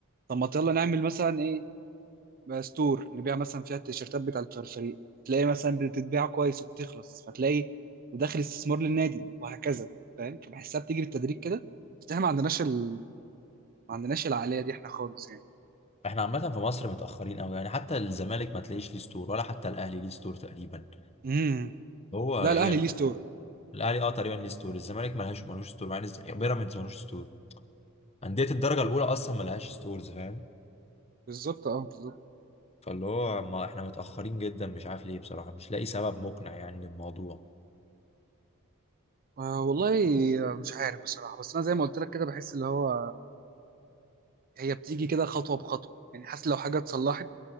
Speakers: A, on the right; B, on the left.
A: طب ما يلا نعمل مثلا ايه بقى ستور نبيع مثلا فيها التيشيرتات بتاعه الفريق تلاقي مثلا بتتباع كويس وبتخلص فتلاقي وداخل استثمار للنادي وهكذا فاهم فبحسها بتيجي بالتدريج كده بس احنا ما عندناش ال... ما عندناش العقليه دي احنا خالص يعني
B: احنا عامة في مصر متأخرين أوي يعني حتى الزمالك ما تلاقيش ليه ستور ولا حتى الأهلي ليه ستور تقريبا
A: امم
B: هو
A: لا
B: إيه
A: الاهلي
B: يا جدعان
A: ليه ستور
B: الأهلي أه تقريبا ليه ستور الزمالك ملهاش ملوش ستور مع إن الز- بيراميدز ملوش ستور أندية الدرجة الأولى أصلا ملهاش ستورز فاهم
A: بالظبط اه بالظبط
B: فاللي هو ما احنا متأخرين جدا مش عارف ليه بصراحة مش لاقي سبب مقنع يعني للموضوع
A: آه والله آه، مش عارف بصراحه بس انا زي ما قلت لك كده بحس اللي هو هي بتيجي كده خطوه بخطوه يعني حاسس لو حاجه اتصلحت